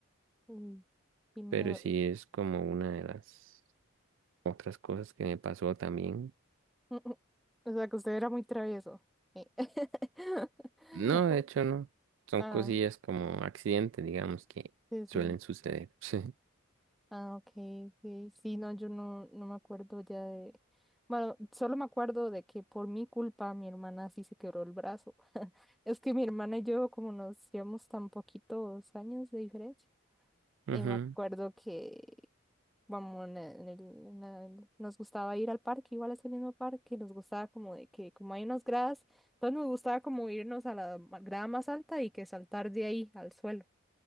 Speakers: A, in the centre; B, on the right.
A: uy, qué miedo.
B: pero sí
A: y-
B: es como una de las otras cosas que me pasó también.
A: <laughs> O sea, que usted era muy travieso. Eh. <laughs>
B: No, de hecho no, son
A: Ah,
B: cosillas como accidentes, digamos, que
A: sí,
B: suelen
A: sí.
B: suceder. <laughs> Sí.
A: Ah, ok, ok. Sí, no, yo no, no me acuerdo ya de... Bueno, solo me acuerdo de que por mi culpa mi hermana sí se quebró el brazo. <laughs> Es que mi hermana y yo, como nos llevamos tan poquitos años de diferencia,
B: Ujú,
A: eh, me acuerdo que, vamos, en el- en el- en el- nos gustaba ir al parque, igual a ese mismo parque, nos gustaba como de que, como hay unas gradas, entonces nos gustaba como irnos a la ma- grada más alta y que saltar de ahí al suelo.